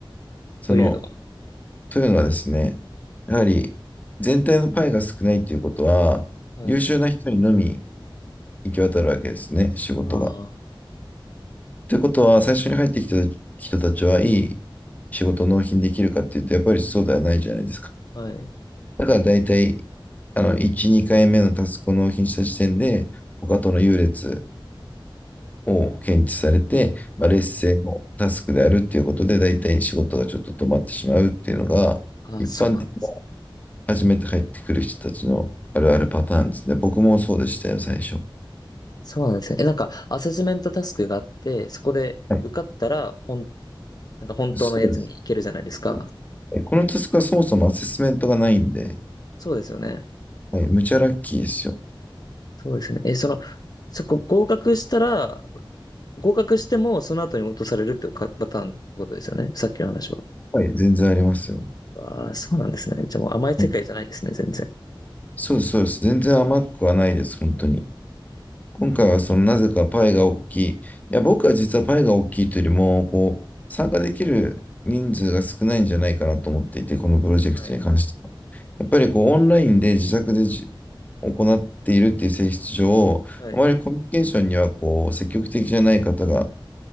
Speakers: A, on the left; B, on the left.
A: その、
B: というのは。
A: というのはですね、やはり全体のパイが少ないということは、
B: はい。
A: 優秀な人にのみ行き渡るわけですね、仕事が。
B: あ
A: ということは、最初に入ってきた人たちはいい仕事を納品できるかっていうと、やっぱりそうではないじゃないですか。
B: あ、はい。
A: だから大体、あの、1、2回目のタスクを納品した時点で、他との優劣を検知されて、まあ、
B: はい。
A: 劣勢のタスクであるっていうことで、大体仕事がちょっと止まってしまうっていうのが、
B: ああ、
A: 一般的に
B: そうなんです。
A: 初めて入ってくる人たちのあるあるパターンですね。僕もそうでしたよ、最初。
B: そうなんですね。え、なんか、アセスメントタスクがあって、そこで受かったら、
A: はい。
B: ほん、なんか本当のやつに行けるじゃないですか。
A: そうです。はいこのタスクはそもそもアセスメントがないんで、
B: そうですよね。
A: はい、むちゃラッキーですよ。
B: そうですよね。え、その、そこ合格したら、合格しても、その後に落とされるっていうかパターンってことですよね。さっきの話は。
A: はい、全然ありますよ。
B: わあ、そうなんですね。じゃあもう甘い世界じゃないですね、
A: はい、
B: 全然。
A: そうです、そうです。全然甘くはないです、本当に。今回はそのなぜかパイが大きい。いや、僕は実はパイが大きいというよりも、こう、参加できる人数が少ないんじゃないかなと思っていて、このプロジェクトに関しては。
B: はい。
A: やっぱりこう、オンラインで自宅でじ行っているっていう性質上、
B: はい。
A: あまりコミュニケーションにはこう、積極的じゃない方が